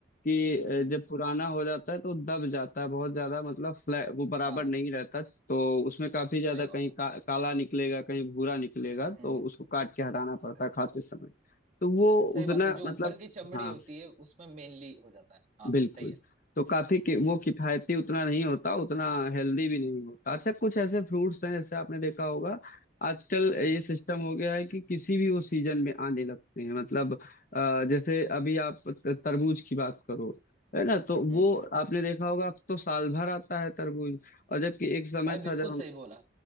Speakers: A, on the left (about 45°); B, on the right (about 35°).
A: कि अ,
B: हम्म
A: जब पुराना हो जाता है तो दब जाता है बहुत ज्यादा मतलब फ्लैट वो बराबर
B: हाँ
A: नहीं रहता तो उसमें काफी ज्यादा
B: सही बात
A: कहीं
B: है
A: का, काला निकलेगा कहीं भूरा निकलेगा तो
B: हम्म
A: उसको काट के हटाना पड़ता
B: सही
A: है खाते समय तो वो
B: सही
A: उतना
B: बात है जो
A: मतलब
B: ऊपर की चमड़ी
A: हाँ
B: होती है उसमें मेनली हो जाता है हाँ
A: बिल्कुल
B: सही है
A: तो काफी कि, वो
B: हम्म
A: किफायती उतना नहीं होता उतना हेल्दी भी
B: हम्म
A: नहीं होता अच्छा कुछ ऐसे फ्रूट्स हैं जैसे आपने देखा होगा आजकल ये
B: हम्म
A: सिस्टम हो गया है कि किसी भी वो सीजन में आने लगते हैं मतलब अ, जैसे अभी आप त- तरबूज की बात करो है ना तो
B: हम्म।
A: वो आपने देखा होगा अब तो साल भर आता है तरबूज और जबकि एक समय
B: भाई बिल्कुल
A: था जब हम
B: सही बोला